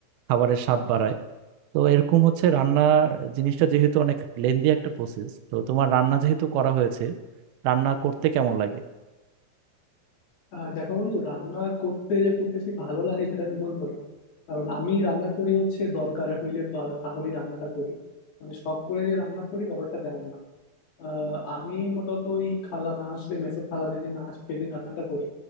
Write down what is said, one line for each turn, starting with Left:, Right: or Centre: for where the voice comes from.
Right: খাবারের স্বাদ বাড়ায় তো এরকম হচ্ছে রান্না জিনিসটা যেহেতু অনেক লেন্দি একটা প্রসেস তো তোমার রান্না যেহেতু করা হয়েছে রান্না করতে কেমন লাগে
Left: আর দেখো বন্ধু রান্না করতে যে খুব বেশি ভালো লাগে সেটা আমি বলবো না কারণ আমি রান্না করি হচ্ছে দরকার হইলে তো আর- তাহলেই রান্নাটা করি মানে শখ করে যে রান্না করি ব্যাপারটা তেমন না আহ, আমি মূলত ওই খালা না আসলে মেসের খালা যেদিন না আসে সেদিন রান্নাটা করি